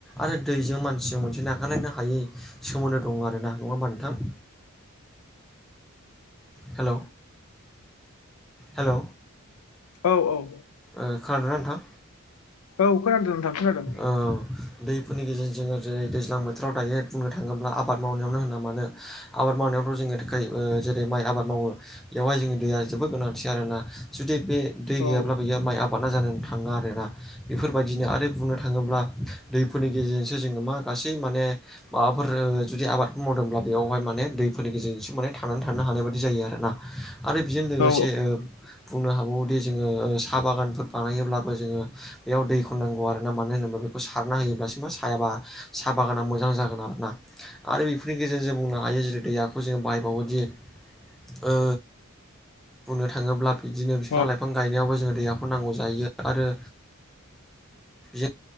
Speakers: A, in the centre; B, on the left.
A: आरो दैजों मानसिजों मोनसे नागारायनो हायै सोमोन्दो दं आरो ना नङा होमबा नोंथां हेल' हेल'
B: औ औ
A: ओ खोनादोना नोंथां
B: औ खोनादो नोंथां खोनादों
A: औ दैफोरनि गेजेरजों जोङो जेरै दैज्लां बोथोराव दायो बुंनो थाङोब्ला आबाद मावनायावनो होनना मानो आबाद मावनायावथ' जोङो थाखाय ओ जेरै माइ आबाद मावो। बेवहाय जोंनि दैया जोबोद गोनांथि आरोना जुदि बे दै गैयाब्ला
B: औ
A: बियो माइ आबादा जानानै थाङा आरोना बेफोरबायदिनो आरो बुंनो थाङोब्ला दैफोरनि गेजेरजोंसो जोङो मा गासै माने माबाफोर जुदि आबादफोर मावदोंब्ला बेयावहाय माने दैफोरनि गेजेरजोंसो माने थांनानै थानो हानाय बायदि जायो आरोना आरो बेजों लोगोसे
B: औ
A: ओ बुंनो हाबावोदि जोङो साहा बागानफोर बानायोब्लाबो जोङो बेयाव दैखौ नांगौ आरो आरोना मानो होनोबा बेखौ सारना होयोब्लासो मा साया साहा बागाना मोजां जागोन आरोना। आरो बेफोरनि गेजेरजों जों बुंनो हायो जेरै दैयाखौ जों बाहायबावोदि ओ बुंनो थाङोब्ला बिदिनो बिफां
B: औ
A: लाइफां गायनायावबो जों दैहाखौ नांगौ जायो आरो बि